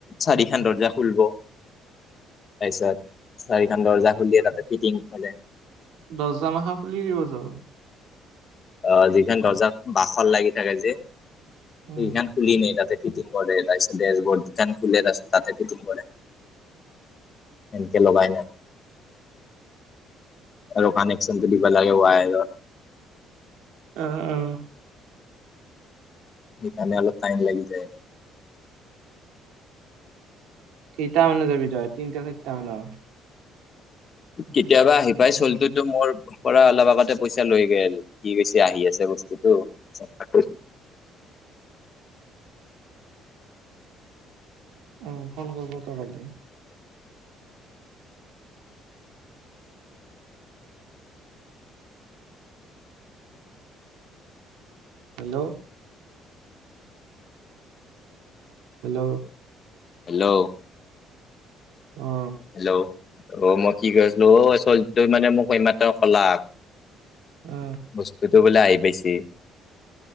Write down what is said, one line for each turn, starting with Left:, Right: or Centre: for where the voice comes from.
Left: চাৰিখন দৰ্জা খুলিব তাৰপিছত চাৰিখন দৰ্জা খুলিয়ে তাতে ফিটিং হ'লে।
Right: দৰ্জা মখা খুলি দিব যাওঁ।
Left: অ! যিখন দৰ্জা বাছত লাগি থাকে যে সেইখন।
Right: উম
Left: খুলি নে তাতে ফিটিং কৰে তাৰপিছতে <unintelligible> খুলে তাৰপিছত তাতে ফিটি‍ং কৰে। এনেকে লগাইনে। আৰু কানেকশনটো দিব লাগে ৱায়ৰৰ।
Right: অঁ অঁ।
Left: সেইকাৰণে অলপ টাইম লাগি যায়।
Right: কেইটামানত যাবি তই তিনটা নে <unintelligible> মানত?
Left: কেতিয়াবা আহি পাই চলটোতো মোৰ পৰা অলপ আগতে পইচা লৈ গেল, সি কৈছে আহি আছে বস্তুটো <unintelligible>
Right: উম, ফোন কৰিব ত কালি। হেল্ল'? হেল্ল'।
Left: হেল্ল'?
Right: অঁ।
Left: হেল্ল', অ' মই কি কয় আছিলো অ ছোৱালী তই মানে মোক এইমাত্ৰ কলা।
Right: অ।
Left: বস্তুটো বোলে আহি পাইছি।